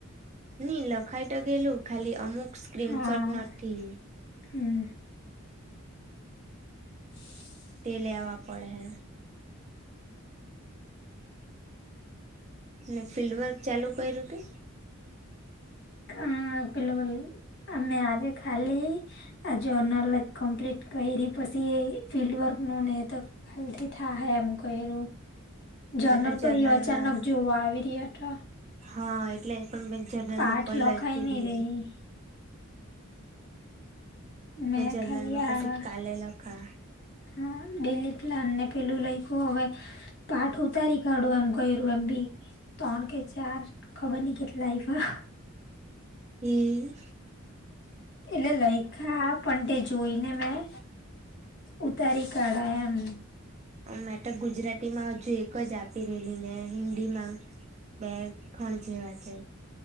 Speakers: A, on the right (about 35°); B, on the left (about 55°).
A: ની, લખાઈ ટો ગેલું ખાલી અમુક સ્ક્રીનશોટ
B: હા
A: નથી
B: હમ. <inaudible>
A: તે લેવા પડહે. ને ફિલ્ડવર્ક ચાલુ કઇરુ કંઇ?
B: અ પેલુઓલુ અમે આજે ખાલી આ જર્નલ જ કમ્પ્લીટ કઇરી, પસી એ ફિલ્ડ વર્કનું ને એ તો, હલ્થી થાહે એમ કયરૂ. જર્નલ
A: માટે જર્નલમાં
B: પહી અચાનક જોવા આવી રીએ ટો?
A: હા એટલે એમ પણ મે જર્નલમાં
B: પાઠ
A: કઈ
B: લખાઈ
A: લયખું જ નહી.
B: રહી મેં
A: જર્નલમાં
B: ખાલી
A: પછી
B: આ
A: કાલે લખા
B: હ ડિલી પ્લાનને પેલું લઈખુ હવે, પાઠ ઉતારી કાઢું એમ કઇરુ એમ બી. તણ કે ચાર ખબર નઈ કેટલા આઇપા.
A: હમ.
B: એટલે લઈખા, પણ તે જોઈને મેં ઉતારી કાઢા એમ.
A: મેં તો ગુજરાતીમાં હજુ એક જ આપી રહેલી ને હિન્દી માં બે ખણ જેવા છે.